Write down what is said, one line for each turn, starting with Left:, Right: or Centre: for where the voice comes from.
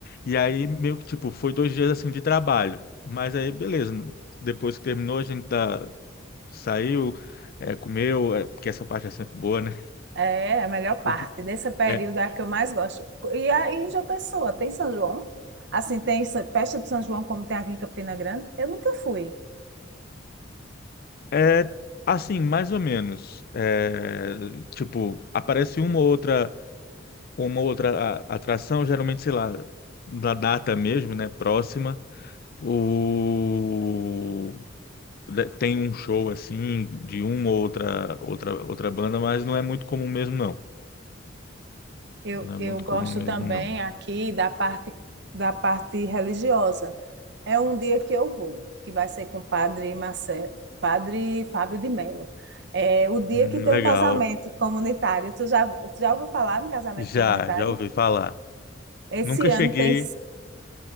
Left: e aí meio que, tipo, foi dois dias, assim, de trabalho. Mas aí, beleza, depois que terminou, a gente tá- saiu, é, comeu, é, porque essa parte é sempre boa, né?
Right: É é a melhor parte
Left: O que-
Right: desse período
Left: É,
Right: é a que eu mais gosto. E aí, em João Pessoa, tem São João? Assim, tem essa festa de São João como tem aqui em Campina Grande? Eu nunca fui.
Left: é assim, mais ou menos. É, tipo, aparece uma ou outra, uma ou outra a- atração, geralmente, sei lá, da data mesmo, né? Próxima. O... de- Tem um show assim de uma ou outra, outra, outra banda, mas não é muito comum mesmo, não.
Right: Eu,
Left: Não é
Right: eu
Left: muito
Right: gosto
Left: comum mesmo,
Right: também
Left: não.
Right: aqui da parte da parte religiosa. É um dia que eu vou, que vai ser com o padre Marcelo, padre Fábio de Mello. É o dia
Left: Hum,
Right: que tem
Left: legal.
Right: um casamento comunitário. Tu já, tu já ouviu falar no casamento
Left: Já,
Right: comunitário?
Left: já ouvi falar.
Right: Esse
Left: Nunca cheguei,
Right: ano tem.